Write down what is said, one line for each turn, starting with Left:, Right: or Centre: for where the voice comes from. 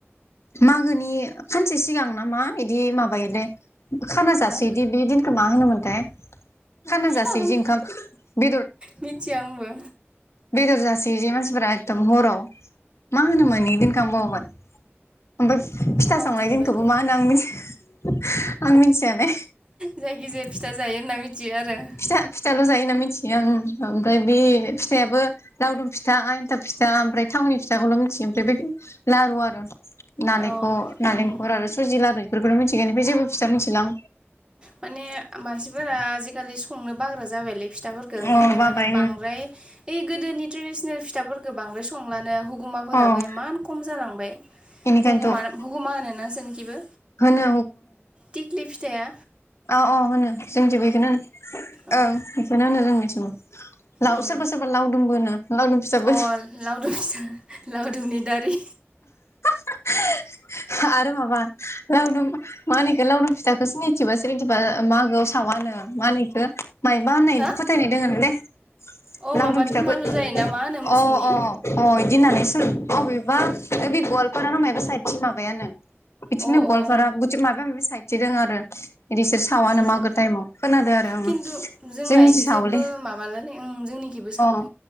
Left: मागोनि सानसे सिगां नामा इदि माबायोलै खाना
Right: हो
Left: जासोयोदि बे दिनखौ मा होनोमोनथाय खाना जासोयोजि
Right: आं
Left: ओंखाम बेदर
Right: मिथिया आंबो
Left: बेदर जासेयोजे मानसिफोरा एखदम हराव मा होनोमोन इदिनखौ आंबावबाय ओमफ्राय फिथा
Right: बावजोब्बायलै
Left: सावनाय दिनखौबो मा होनो आं आं मिथिया दै
Right: जायखिजाया फिथा जायो होनना मिथियो आरो औ
Left: फिथा फिथाल जायोना मिथियो आं ओमफ्राय बे फिथाइाबो लावदुम फिथा था एथाब फिथा ओमफ्राय थाउनि फिथाखौल मिथियो ओमफ्राय बौ लारु आरो नारेंखर
Right: औ
Left: नालेंखर
Right: उम
Left: आरो सुजि लारु बेफोरखौनो मिथिगोन ओमफ्राय जेबो फिसा मिथिलां
Right: माने मानसिफोरा आजिखालि संनो बाग्रा जाबायलै। फिथाफोरखौ
Left: आं
Right: ओंखायनो
Left: अ बाबाय
Right: माने बांद्राय ओइ गोदोनि ट्रेडिसनेल फिथाफोरखौ बांद्राय संलानो हु गुमाफोराबो
Left: ओं अ
Right: इमान खम जालांबाय।
Left: बेनिखायनोथ'
Right: हगुमा हुगुमा होनोना जोंखिबो
Left: होनो
Right: थिख्लि फिथाया
Left: औ अ होनो जोंथिबो बेखौनो होनो
Right: अ
Left: औ ओ बेखौनो होनो जोंनिथिंबो लाव
Right: उम
Left: सोरबा सोरबा लावदुमबो होनो लावदुम फिथाबो
Right: अ लावदुम फिथा लावदुमनि दारि
Left: <unintelligible> <unintelligible> आरो माबा लावदुम मा होनो एखो लावदुम फिथाखौ सिनिथिबा सिनिथिबा मागोआव सावानो मा होनो एखौ माइबा होननाय
Right: हो
Left: फोथायनाय दोङो नोलै
Right: अ
Left: लावदुम
Right: माबा
Left: फिथाखौ
Right: दुमालु जायोना मा होनो मोसौनि
Left: अ अ अ इदि होननानै सोर अबेबा बि गवाल मायबा साइथिं माबायानो बिथिंनो
Right: अ
Left: गल्फारा
Right: ओं
Left: बिथि मायबा मायबि साइद थिदों आरो बिदिसोर सावानो
Right: उम
Left: मागो टायेमाव खोनादों आरो आङो
Right: खिन्थु जोंना
Left: जोंनि
Right: इदि
Left: जि सावोलै
Right: जेबो माबालानो ओं जोंनिखिबो सावो
Left: अ